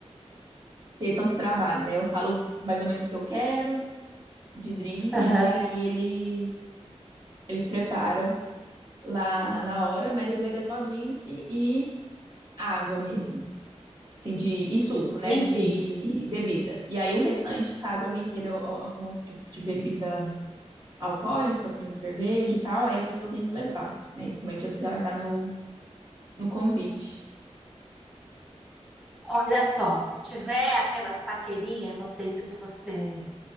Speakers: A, on the right; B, in the centre.
A: ter tanto trabalho, né? Eu falo mais ou menos o que eu quero de drink
B: Aham.
A: e aí eles eles preparam lá na hora, mas assim vai ter só drink e água mesmo, assim de e suco, né,
B: Gente,
A: de bebida. E aí o restante, caso alguém queira al- algum outro tipo de bebida alcoólica, por exemplo, cerveja e tal, aí a pessoa tem que levar, né? Isso também já, já vai estar no no convite.
B: olha só, se tiver aquela saqueirinha, não sei se você